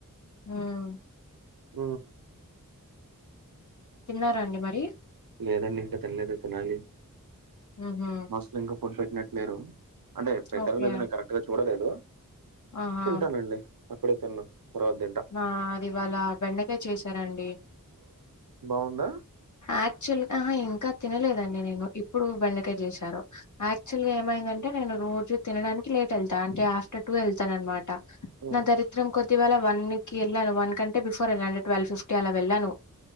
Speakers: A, on the left; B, on the right.
A: ఉమ్
B: ఉమ్
A: తిన్నారాఅండి మరి
B: లేదండి ఇంకా తినలేదు తినాలి
A: ఉహు
B: మెస్ లో ఇంకా ఫుడ్ పెట్టినట్లేరు అంటే పెట్టరొ
A: ఓకే
B: లేదో నేను కరెక్ట్ గా చూడలేదు
A: ఆహా!
B: తింటానండి అప్పుడె తినను తర్వత తింట
A: మాది ఇవాళ్ళ బెండకాయ చేసానండి
B: బావుందా
A: యాక్చువల్ గా ఇంకా తినలేదండి నేను ఇప్పుడు బెండకాయ చేశారు యాక్చువల్ గా ఏమైందంటే నేను రోజు తినడానికి లేట్ వెళ్తా అంటే ఆఫ్టర్ టూ వెళ్తాను అన్నమాట
B: ఉమ్,
A: నా దరిద్రం కొద్ధి ఇవాల వన్ వెళ్ళను వన్ కంటే బిఫోర్ వెళ్ళను ట్వల్ ఫిఫ్టీ అలా వెళ్ళను